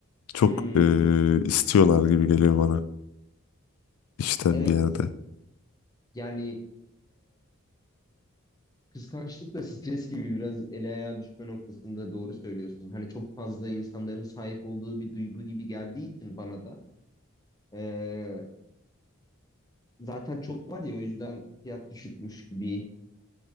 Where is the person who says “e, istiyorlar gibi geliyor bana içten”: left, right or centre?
Left